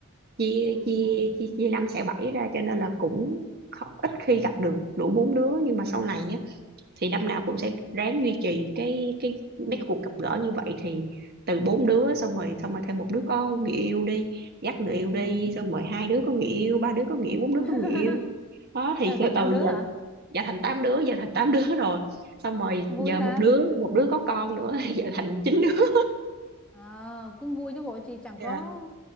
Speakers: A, on the right; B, in the centre.
A: chia
B: ừ
A: chia chia chia năm xẻ bảy ra cho nên là cũng khó, ít khi gặp được đủ bốn đứa nhưng mà sau này á thì năm nào cũng sẽ ráng duy trì cái cái
B: ừ
A: mấy cuộc gặp gỡ như vậy thì từ bốn đứa xong rồi xong rồi thêm một đứa có người yêu đi dắt người yêu đi
B: ừ
A: xong rồi hai đứa có người yêu ba đứa có người yêu bốn đứa
B: <laughs>
A: có người yêu đó thì
B: Thế
A: <laughs> từ
B: thành tám
A: từ
B: đứa
A: giờ
B: hả
A: giờ thành tám đứa giờ thành tám đứa rồi xong rồi
B: vui
A: giờ một
B: ha
A: đứa một đứa có con nữa <laughs> giờ thành chín đứa
B: à, cũng vui chứ bộ chị chẳng
A: Dạ.
B: có